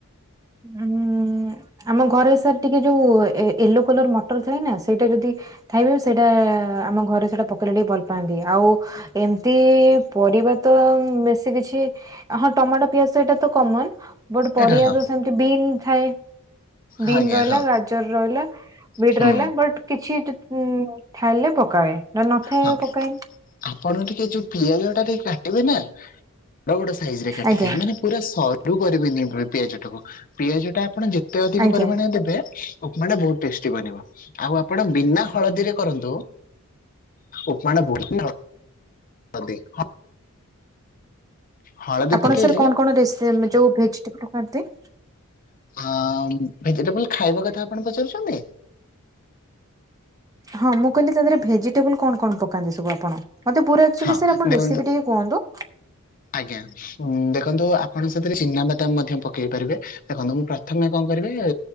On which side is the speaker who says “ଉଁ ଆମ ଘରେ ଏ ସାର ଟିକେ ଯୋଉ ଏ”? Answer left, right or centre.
Right